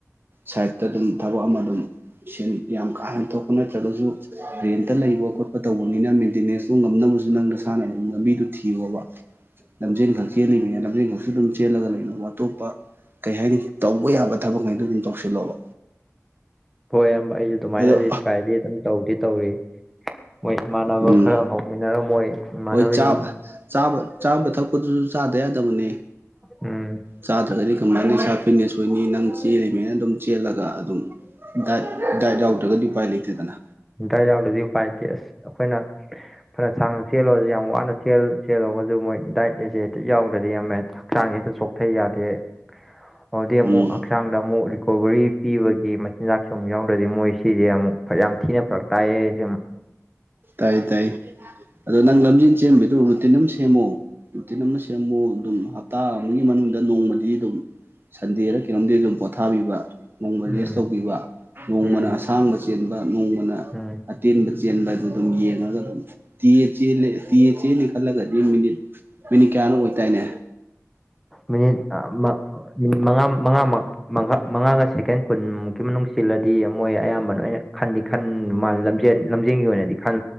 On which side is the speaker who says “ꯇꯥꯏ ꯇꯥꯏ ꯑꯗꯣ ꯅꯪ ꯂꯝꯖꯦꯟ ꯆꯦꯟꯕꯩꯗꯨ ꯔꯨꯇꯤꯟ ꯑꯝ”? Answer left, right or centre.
Right